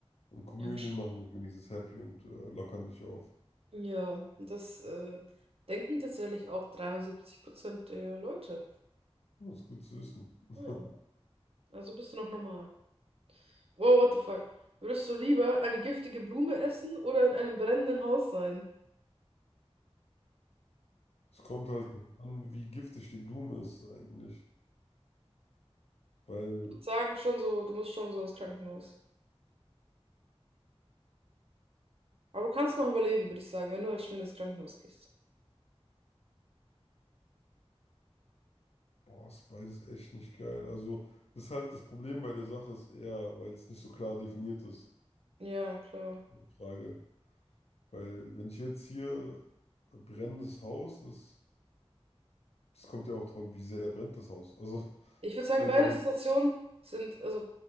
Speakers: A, on the left; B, on the right.
A: Und Komödien
B: Ja, bestimmt.
A: machen dich wenigstens happy und äh, lockern dich auf.
B: Ja, das äh, denken tatsächlich auch 73% der Leute.
A: Das ist gut zu wissen. <laughs>
B: Ja, also bist du noch normal. Wow, what the fuck? Würdest du lieber eine giftige Blume essen oder in einem brennenden Haus sein?
A: Es kommt halt drauf an, wie giftig die Blume ist eigentlich. Weil,
B: Sagen schon so, du musst schon so ins Krankenhaus. Aber du kannst noch überleben, würde ich sagen, wenn du halt schnell ins Krankenhaus gehst.
A: boah, ist beides echt nicht geil. Also, das ist halt das Problem bei der Sache ist eher, weil es nicht so klar definiert ist,
B: Ja, klar.
A: die Frage. Weil wenn ich jetzt hier brennendes Haus ist, das kommt ja auch davon wie sehr brennt das Haus. Also <laughs>
B: Ich würde sagen,
A: wenn
B: beide
A: da jetzt,
B: Situationen sind, also